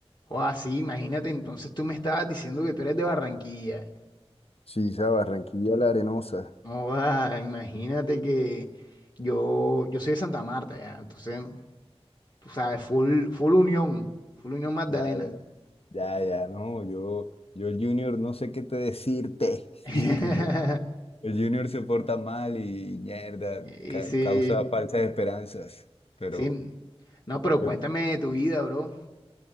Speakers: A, on the left (about 40°); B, on the left (about 65°).
A: O así, imagínate, entonces tú me estabas diciendo que tú eres de Barranquilla.
B: Sí, esa Barranquilla la Arenosa.
A: No va, imagínate que yo, yo soy de Santa Marta, ya. Entonces, tú sabes, full, full unión, full unión Magdalena.
B: Ya, ya, ya, ya, no, yo, yo el Junior no sé qué te decirte. <laughs>
A: <laughs>
B: El, ju- el Junior se porta mal y mierda,
A: Y
B: ca-
A: sí,
B: causa falsas esperanzas. Pero
A: sí. No, pero
B: yo,
A: cuéntame de tu vida, bro.